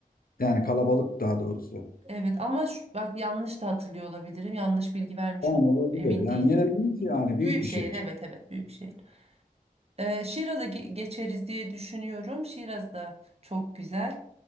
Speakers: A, on the left; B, on the right.
A: Yani kalabalık daha doğrusu.
B: Evet ama şu- bak yanlış da hatırlıyor olabilirim. Yanlış bilgi vermiş
A: Tamam
B: olabilirim.
A: olabilir.
B: Emin
A: Yani
B: değilim.
A: yine büyük yani büyük
B: Büyük
A: bir
B: şehir
A: şehir.
B: evet evet büyük şehir. Ee, Şiraz'a ge- geçeriz diye düşünüyorum. Şiraz da çok güzel.